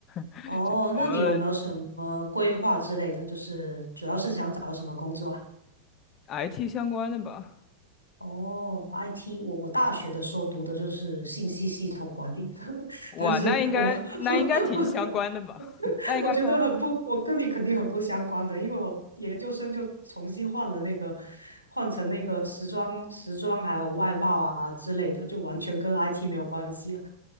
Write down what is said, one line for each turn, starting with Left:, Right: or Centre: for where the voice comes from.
Left: <laughs>
Right: 哦，
Left: 就投了
Right: 那你有没有什么规划之类的？就是主要是想找什么工作啊？
Left: IT 相关的吧。
Right: 哦，IT，我我大学的时候读的就是信息系统管理，<laughs>
Left: 哇，
Right: 但是我
Left: 那应该那应该挺相关的吧？
Right: <laughs>
Left: <laughs> 那应该跟我
Right: 我觉得很不，我跟你肯定很不相关的，因为我研究生就重新换了那个，换成那个时装、时装还有外贸啊之类的，就完全跟 IT 没有关系了。